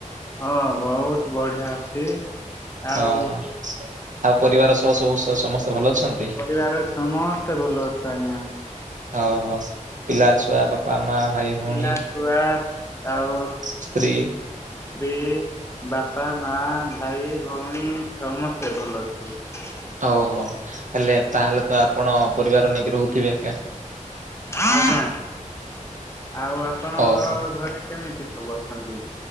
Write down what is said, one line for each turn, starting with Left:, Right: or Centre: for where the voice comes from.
Left: ହଁ ବହୁତ୍ ବଢ଼ିଆ ଅଛି। ଆଉ
Right: ଓହୋ, ଆଉ ପରିବାର ସହ ସବୁ ସମସ୍ତେ ଭଲ ଅଛନ୍ତି?
Left: ପରିବାର ସମସ୍ତେ ଭଲ ଅଛୁ ଆଜ୍ଞା।
Right: ଓହୋ ପିଲା, ଛୁଆ, ବାପା, ମା, ଭାଇ ଭଉଣୀ
Left: ପିଲା, ଛୁଆ ଆଉ
Right: ସ୍ତ୍ରୀ
Left: ସ୍ତ୍ରୀ, ବାପା, ମା, ଭାଇ, ଭଉଣୀ, ସମସ୍ତେ ଭଲ ଅ ହୁଁ।
Right: ଓହୋ, ହେଲେ ତାହେଲେତ ଆପଣ ପରିବାର ନେଇକି ରହୁଥିବେ ଆକା।
Left: ଆଜ୍ଞା ଆଉ ଆପଣଙ୍କ
Right: ଓହୋ।
Left: ଘରେ କେମିତି ସବୁ ଅଛନ୍ତି?